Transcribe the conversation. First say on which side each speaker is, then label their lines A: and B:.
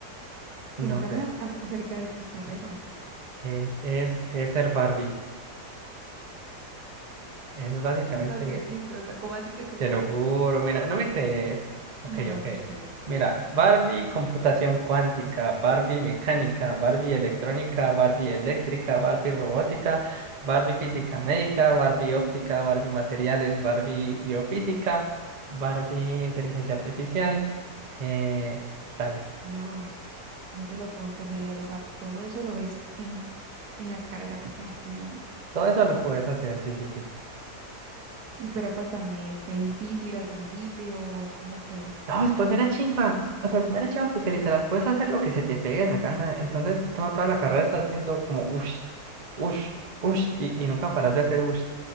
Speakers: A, on the right (about 40°); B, on the right (about 75°).
A: no
B: Cuéntame
A: sé,
B: a- a- acerca de tu carrera.
A: es, es, es ser Barbie. Es básicamente
B: No, qué chistosa, ¿cómo así que ser
A: Te
B: bar?
A: lo juro, mira, no me crees. Ok,
B: No, no
A: ok.
B: te creo.
A: Mira, Barbie computación cuántica, Barbie mecánica, Barbie electrónica, Barbie eléctrica, Barbie robótica, Barbie física médica, Barbie óptica, Barbie materiales, Barbie biofísica, Barbie inteligencia artificial. Eh, dale,
B: Dios, no te lo puedo creer. O sea, todo eso lo ves en, en la carrera que estás estudiando.
A: todo eso lo puedes hacer, sí, sí, sí.
B: Y pero cuéntame, ¿fue difícil al principio? ¿Cómo fue?
A: No, después pues mera chimba. O sea, es mera chimba porque literal puedes hacer lo que se te pegue la gana. Entonces, toda, toda la carrera estás viendo como ush, ush, ush, y, y nunca paras de hacer ush.